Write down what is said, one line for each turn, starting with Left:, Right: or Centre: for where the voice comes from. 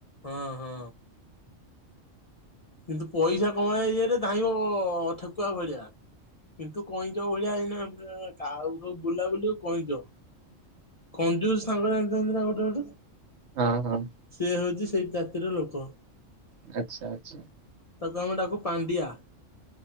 Left: ହଁ ହଁ କିନ୍ତୁ ପଇସା କମେଇଏରେ ଧାଇଁବ ଠେକୁଆ ଭଳିଆ। କିନ୍ତୁ କଇଁଚ ଭଳିଆ ଏଇନା କଉ ସବୁ ବୁଲାବୁଲିଉ କଇଁଚ କଞ୍ଜୁର ସାଙ୍ଗ ଏଣିଥାନ୍ତି ନା ଗୋଟେ ଗୋଟେ
Right: ହଁ ହଁ
Left: ସେ ହଉଛି ସେଇ ଜାତିର ଲୋକ
Right: ଆଛା ଆଛା
Left: ତାକୁ ଆମେ ଡାକୁ ପାଣ୍ଡିଆ